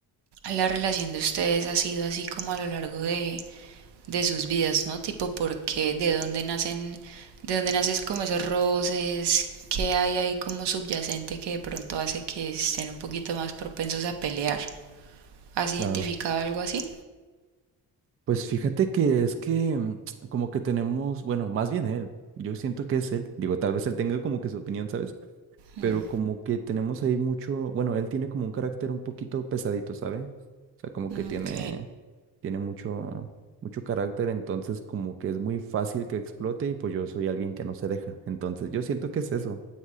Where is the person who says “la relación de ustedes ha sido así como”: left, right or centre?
Right